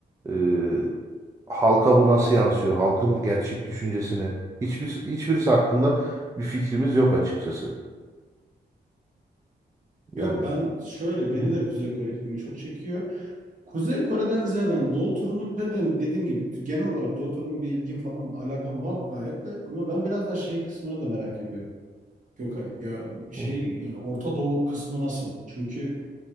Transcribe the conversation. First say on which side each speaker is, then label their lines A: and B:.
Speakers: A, on the right; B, on the right.
A: Ee, halka bu nasıl yansıyor? Halkın gerçek düşüncesini. Hiçbir, hiçbirisi hakkında bir fikrimiz yok açıkçası. Yani.
B: Yok ben şöyle beni
A: Hı,
B: de Kuzey Kore ilgimi çok çekiyor. Kuzey Kore'den ziyade yani Doğu turunu ve ben dediğim gibi genel olarak Doğu turuna bir ilgim falan alakam var gayet de ama ben biraz da şey kısmına da merak ediyorum. Gökay ya şey
A: hı,
B: ya Orta Doğu kısmı nasıl? Çünkü